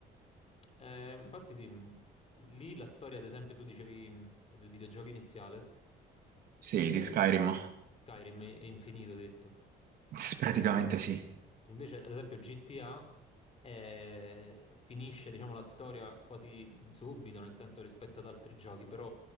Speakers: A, on the left; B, on the right.
A: eh, infatti sì, mh, lì la storia, ad esempio, tu dicevi mh, del videogioco iniziale,
B: Sì,
A: eh,
B: di Skyrim.
A: Skyrim è, è infinito, hai detto.
B: Sì, Praticamente sì.
A: Invece, ad esempio, GTA eh, finisce, diciamo, la storia quasi subito, nel senso rispetto ad altri giochi, però